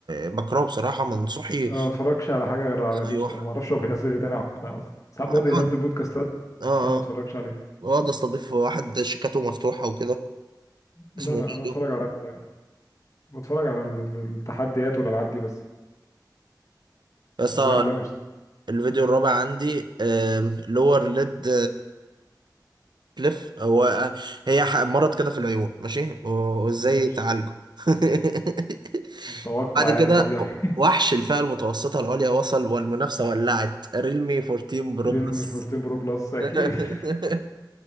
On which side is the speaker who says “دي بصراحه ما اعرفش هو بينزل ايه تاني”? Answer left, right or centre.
Left